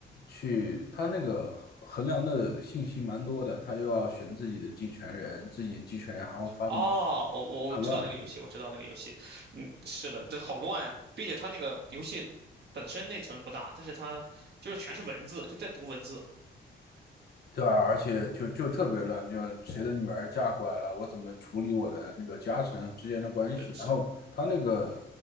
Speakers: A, on the left; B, on the right.
A: 去，他那个衡衡量的信息蛮多的，他又要选自己的继承人，自己继承人还会发动
B: 哦，我我我知道那个游戏，
A: 叛乱。
B: 我知道那个游戏，嗯，是的，这好乱呀、并且它那个游戏本身内存不大，但是它就是全是文字，就在读文字。
A: 对啊，而且就就特别乱，就谁的女儿嫁过来了，我怎么处理我的那个家臣之间的关系？
B: 是的，是的，
A: 然后他那个
B: 是的。